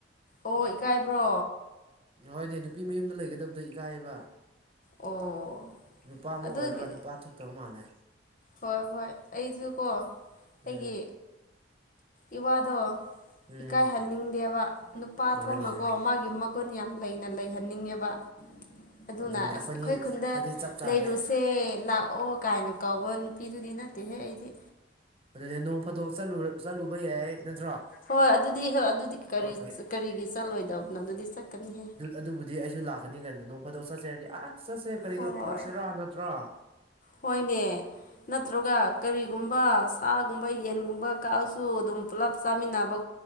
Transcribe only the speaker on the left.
ꯑꯣ ꯏꯀꯥꯏꯕ꯭ꯔꯣ
ꯑꯣ
ꯑꯗꯨꯒꯤ
ꯍꯣꯏ ꯍꯣꯏ ꯑꯩꯁꯨꯀꯣ
ꯑꯩꯒꯤ ꯏ ꯋꯥꯗꯣ
ꯏꯀꯥꯏꯍꯟꯅꯤꯡꯗꯦꯕ ꯅꯨꯄꯥ ꯊꯣꯡꯅꯀꯣ
ꯃꯥꯒꯤ ꯒꯨꯟ ꯌꯥꯝ ꯂꯩꯅ ꯂꯩꯍꯟꯅꯤꯡꯉꯦꯕ ꯑꯗꯨꯅ
ꯑꯁ
ꯑꯩꯈꯣꯏ
ꯈꯨꯟꯗ
ꯂꯩꯔꯨꯁꯦ ꯂꯥꯛꯑꯣ ꯀꯥꯏꯅ ꯀꯧꯕ ꯅꯨꯄꯤꯗꯨꯗꯤ ꯅꯠꯇꯦꯍꯦ ꯑꯩꯗꯤ
ꯍꯣꯏ ꯑꯗꯨꯗꯤ ꯍꯣꯏ ꯑꯗꯨꯗꯤ ꯀꯔꯤ
ꯀꯔꯤꯒꯤ ꯆꯠꯂꯣꯏꯗꯕꯅꯣ ꯑꯗꯨꯗꯤ ꯆꯠꯀꯅꯤꯍꯦ
ꯍꯣꯏ
ꯍꯣꯏꯅꯦ ꯅꯠꯇ꯭ꯔꯒ ꯀꯔꯤꯒꯨꯝꯕ ꯁꯥ ꯌꯦꯟꯒꯨꯝꯕ ꯀꯛꯑꯁꯨ ꯑꯗꯨꯝ ꯄꯨꯂꯞ ꯆꯥꯃꯤꯟꯅꯕ